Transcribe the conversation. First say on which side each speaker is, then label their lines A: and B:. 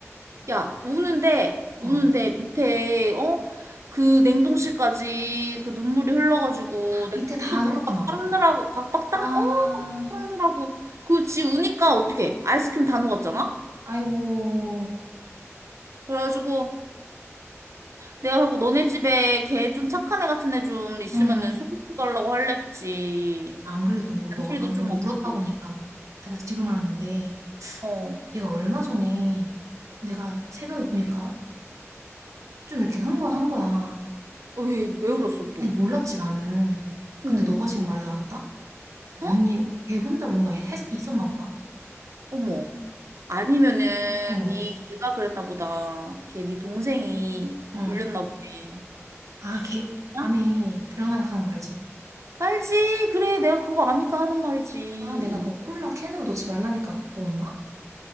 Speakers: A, on the right (about 65°); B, on the right (about 90°).
A: 야, 우는데,
B: 어.
A: 우는데 밑에, 어? 그 냉동실까지 그 눈물이 흘러가지고, 내가
B: 밑에
A: 그것도
B: 다 흘렀구나.
A: 박박 닦느라고, 박박
B: 아,
A: 닦, 어? 박박 닦느라고. 그 지 우니까 어떡해. 아이스크림 다 녹았잖아?
B: 아이고,
A: 그래가지고, 내가 그고 너네 집에 걔 좀 착한 애 같은 애 좀 있으면은
B: 응.
A: 소개시켜달라고 할랬지.
B: 안 그래도 너가
A: 잔소리도
B: 방금
A: 좀 없고.
B: 울었다고 하니까 내가 지금 알았는데
A: 어.
B: 얘가 얼마 전에 내가 새벽에 보니까 좀 이렇게 흥건한 거야.
A: 왜, 왜 울었어 또?
B: 아니 몰랐지 나는.
A: 어.
B: 근데 너가 지금 말해서 알았다? 뭔
A: 어?
B: 일? 걔 혼자 뭔가 했, 있었나 보다.
A: 어머. 아니면은
B: 어.
A: 네 걔가 그랬나 보다. 걔 네 동생이
B: 어.
A: 울렸나 보네.
B: 아, 걔
A: 어?
B: 밤에 들락날락 하는 거 알지?
A: 알지? 그래, 내가 그거 아니까 하는 말이지.
B: 아, 내가 그 콜라 캔으로 넣지 말라니까 그거 넣었나?